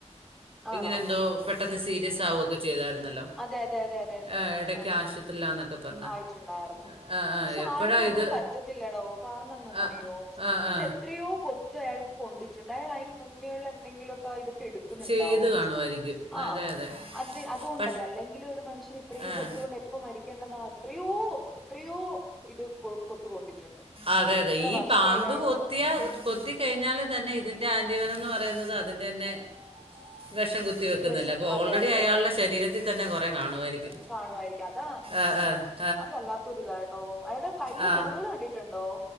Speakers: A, in the centre; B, on the right.
A: ആണോ
B: ഇങ്ങനെ എന്തോ പെട്ടെന്ന് സീരിയസ് ആവൊക്കെ ചെയ്തായിരുന്നല്ലോ
A: അതെ അതെ അതെ അതെ അതെ
B: ആ ഇടയ്ക്ക്
A: ആന്ന്
B: ആശുപത്രിയിലാന്നൊക്കെ പറഞ്ഞ്
A: ആയിട്ടുണ്ടായിരുന്നു
B: ആ ആ
A: പക്ഷെ
B: എപ്പോഴാ
A: ആൾക്കൊന്നും
B: ഇത്
A: പറ്റ ടോ കാരണം എന്താന്നറിയോ
B: ആ ആ
A: മീൻസ്
B: ആ
A: എത്രയോ കൊത്ത് അയാൾക്ക് കൊണ്ടി ചുണ്ടായൽ അതിന് മുന്നേയുള്ള എന്തെങ്കിലുമൊക്കെ ഇതൊക്കെ എടുക്കുന്നുണ്ടാവും
B: ചെയ്ത് കാണുമായിരിക്കും
A: ആ
B: അതെ അതെ
A: അത് അതുകൊണ്ട്
B: പക്ഷേ
A: ല്ല അല്ലെങ്കിൽ ഒരു മനുഷ്യന് ഇത്രയും
B: ആ
A: കൊത്ത് കൊണ്ട് എപ്പ മരിക്കേണ്ടതാ അത്രയോ എത്രയോ ഇത് കൊ കൊത്തുകൊണ്ടിട്ടുണ്ട്
B: അതെ
A: എത്ര
B: അതെ ഈ
A: വർഷം
B: പാമ്പ്
A: അയാള്
B: കൊത്തിയാ കൊത്തി കഴിഞ്ഞാൽ തന്നെ ഇതിന്റെ ആന്റിവനം പറയുന്നത് അതിന്റെ തന്നെ വിഷം കുത്തി വെക്കുന്നില്ല
A: വിഷം
B: അപ്പൊ
A: അതെ
B: ഓൾറെഡി
A: അത്
B: അയാളുടെ
A: തന്നെ
B: ശരീരത്തിൽ തന്നെ കൊറെ കാണുമായിരിക്കും
A: കാണുമായിരിക്കും അതാ
B: ആഹ ആഹ
A: അത് വല്ലാത്തൊരു ഇതാട്ടോ അയാ ടെ കയ്യില
B: ആ.
A: മുറിവുകൾ കണ്ടിട്ടുണ്ടോ